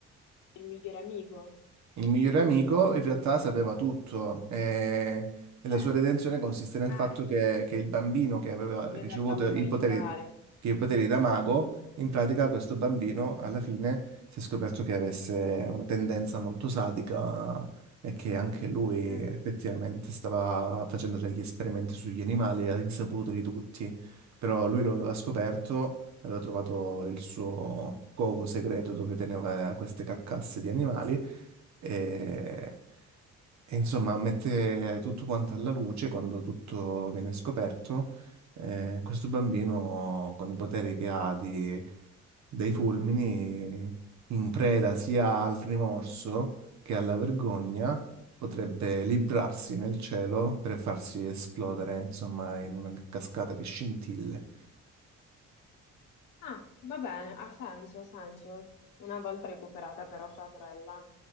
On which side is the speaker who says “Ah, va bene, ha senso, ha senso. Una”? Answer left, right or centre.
Left